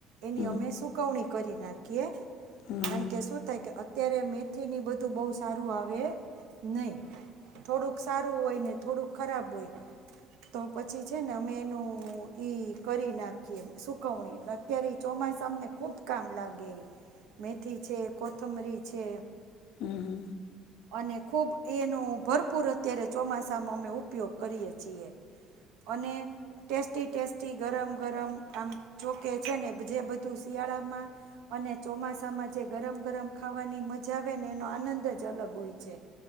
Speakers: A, on the right; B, on the left.
A: એની
B: હમ
A: અમે સુકવણી કરી નાખીએ
B: હમ
A: કારણ
B: હમ
A: કે શું થાય, કે અત્યારે મેથીની બધું બહુ સારું આવે નહીં, થોડુંક હારુ હોય થોડું ખરાબ હોય તો પ પછી છે ને અમે એનું કરી નાખીએ, કવણી એટલે અત્યારે ચોમાસા અમને ખૂબ કામ લાગે મેથી છે, કોતમરી છે.
B: હમ્મ હમ્મ
A: અને ખુબ એનું ભરપૂર અત્યારે ચોમાસામાં અમે ઉપયોગ કરીએ છીએ, અને ટેસ્ટી ટેસ્ટી ગરમ ગરમ આમ જોકે છે, ને જે બધું શિયાળામાં અને ચોમાસામાં જે ગરમ ગરમ ખાવાની મજા આવે ને એનો આનંદ જ અલગ હોય છે,